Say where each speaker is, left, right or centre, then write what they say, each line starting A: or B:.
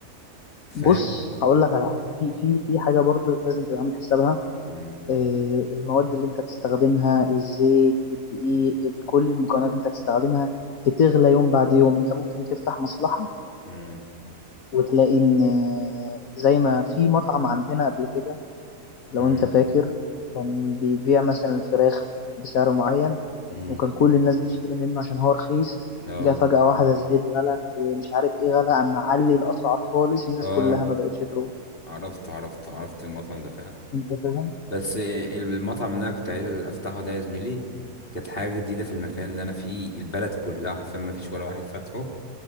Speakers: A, on the left; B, on the left.
A: فاهم
B: بص هقول لك على حاجه في في في حاجه برضو لازم تبقى عامل حسابها
A: مم.
B: آه، المواد اللي انت هتستخدمها الزيت الدقيق ال- كل المكونات اللي انت هتستخدمها بتغلى يوم بعد يوم انت ممكن تفتح مصلحه
A: مم.
B: وتلاقي ان آه، زي ما في مطعم عندنا قبل كده لو
A: مم.
B: انت فاكر كان بيبيع مثلا الفراخ بسعر معين
A: امم
B: وكان كل الناس بتشتري منه عشان هو رخيص
A: اه
B: جه فجأة واحدة الزيت غلى ومش عارف ايه غلى عم معلي الأسعار خالص الناس
A: اه
B: كلها ما بقتش تروح
A: عرفته عرفته عرفت المطعم ده فعلا
B: انت فاهم
A: بس المطعم اللي انا كنت عايز افتحه ده يا زميلي كانت حاجه جديده في المكان اللي انا فيه البلد كلها حرفيا ما فيش ولا واحد فاتحه